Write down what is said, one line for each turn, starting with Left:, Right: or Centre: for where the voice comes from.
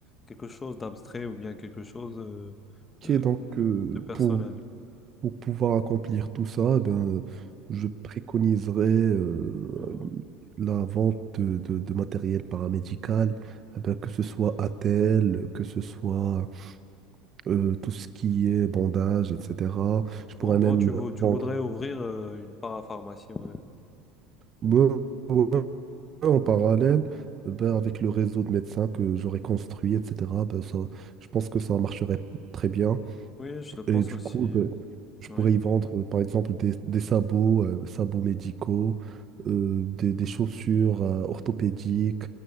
Left: quelque chose d'abstrait ou bien quelque chose euh,
Right: ok,
Left: euh,
Right: donc euh,
Left: de personnel.
Right: pour Pour pouvoir accomplir tout ça, eh ben, je préconiserais euh,
Left: Mhm.
Right: la vente de, de- de matériel paramédical, eh ben, que ce soit attelle, que ce soit euh, tout ce qui est bandage, etc. Je
Left: Du
Right: pourrais
Left: coup, en gros,
Right: même
Left: tu, vou- tu
Right: vendre
Left: voudrais ouvrir euh, une parapharmacie. ouais.
Right: Ouais, ouais, en parallèle eh ben, avec le réseau de médecins que j'aurais construit, etc. ben, ça, je pense que ça marcherait très bien.
Left: Oui, je le pense
Right: Et du
Left: aussi.
Right: coup,
Left: euh,
Right: euh, je
Left: oui.
Right: pourrais y vendre, euh, par exemple, des, des sabots, euh, sabots médicaux, euh, des, des chaussures euh, orthopédiques,